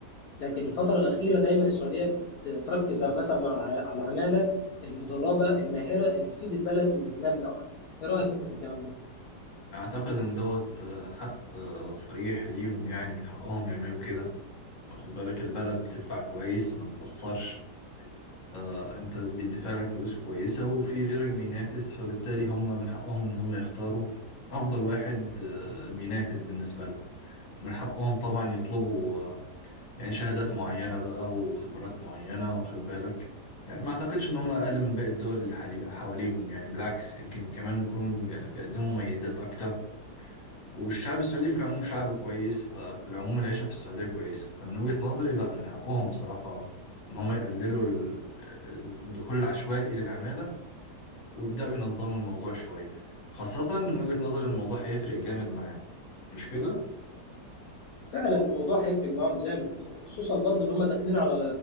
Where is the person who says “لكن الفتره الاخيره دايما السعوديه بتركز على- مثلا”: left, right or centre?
Left